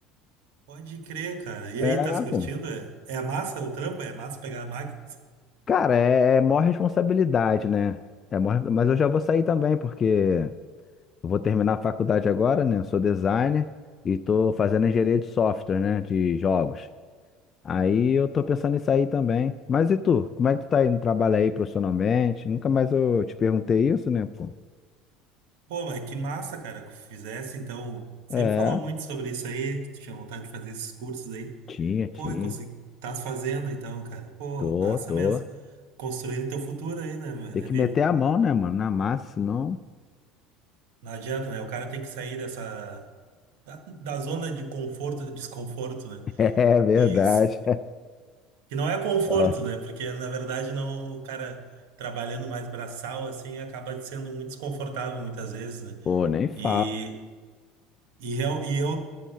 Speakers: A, on the right; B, on the left.
A: Pode crer, cara. E
B: É,
A: aí, tá se curtindo?
B: pô.
A: É, é massa o trampo? É massa pegar máquinas?
B: Cara, é, é maior responsabilidade, né? É maior, mas eu já vou sair também, porque eu vou terminar a faculdade agora, né? Eu sou designer e tô fazendo engenharia de software, né? De jogos. Aí eu tô pensando em sair também. Mas e tu? Como é que tu tá aí no trabalho aí profissionalmente? Nunca mais eu te perguntei isso, né, pô?
A: Pô, mas que massa, cara, que fizesse. Então, sempre
B: É,
A: falou muito sobre isso aí, que tu tinha vontade de fazer esses cursos aí.
B: tinha, tinha.
A: Pô, e consegui... Tás fazendo então, cara. Pô,
B: Tô,
A: massa
B: tô.
A: mesmo. Construindo teu futuro aí, né, ma-
B: Tem
A: né,
B: que
A: Vini?
B: meter a mão, né, mano? Na massa, senão. <laughs>
A: Não adianta, né? O cara tem que sair dessa... Da, da zona de conforto, e desconforto, né?
B: É verdade.
A: E s- que não é conforto,
B: É.
A: né? Porque, na verdade, não... O cara trabalhando mais braçal, assim, acaba sendo muito desconfortável muitas vezes, né?
B: Pô, nem falo.
A: E, e, eu, e eu...